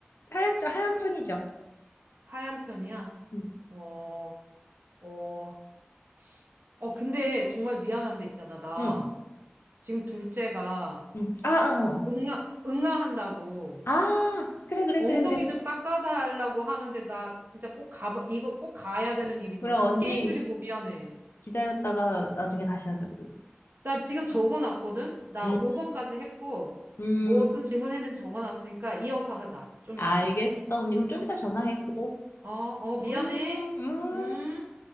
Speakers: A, on the left (about 70°); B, on the right (about 55°).
A: 하얗죠. 하얀 편이죠.
B: 하얀 편이야?
A: 응,
B: 어, 어, 어, 근데 정말 미안한데 있잖아. 나
A: 응,
B: 지금 둘째가
A: 응. 아, 아, 어.
B: 응아, 응아한다고.
A: 아, 그래, 그래,
B: 엉덩이
A: 그래, 그래.
B: 좀 닦아달라고 하는데 나 진짜 꼭 가, 이거 꼭 가야 되는 일이거든.
A: 그럼 언니
B: 게임 중에 너무 미안해.
A: 기다렸다가 나중에 다시 하자고.
B: 나 지금 적어놨거든? 나
A: 음,
B: 5번까지 했고,
A: 음,
B: 무슨 질문했는지 적어놨으니까 이어서 하자. 좀
A: 알겠어.
B: 이따가.
A: 언니 그럼 좀 이따 전화했고.
B: 어, 어, 미안해.
A: 음, 음.
B: 음.